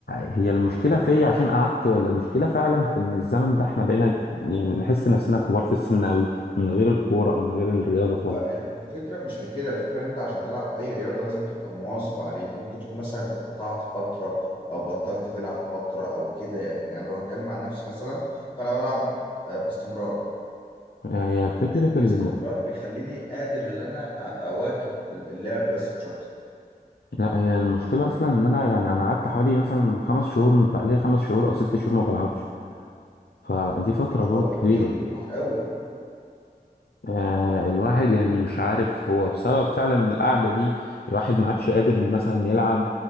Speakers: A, on the left; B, on the left.
A: هي المشكله فيا عشان قعدت ولا المشكله فعلا في ان الزمن ده احنا بقينا يعني نحس نفسنا كبار في السن قوي من غير الكوره او من غير الرياضه خالص
B: هو ال- الفكرة مش في كده الفكرة ان انت عشان تلعب اي رياضة لازم تبقى مواظب عليها ممكن تكون مثلا انت اتقطعت فترة او بطلت تلعب فترة او كده يعني انا لو هتكلم عن نفسي مثلا فانا بلعب آه، باستمرار
A: هي فكرة
B: باستمرار
A: ال-
B: بيخليني قادر ان انا أ- اواكب اللعب بس مش اكتر
A: لا هي المشكلة أصلا إن أنا يعني أنا قعدت حوالي مثلا خمس شهور بقالي خمس شهور أو ست شهور ما بلعبش فدي فترة برضه
B: هو كتير
A: طويلة
B: كتير قوي
A: آه الواحد يعني مش عارف هو بسبب فعلا القعدة دي الواحد ما عادش قادر مثلا يلعب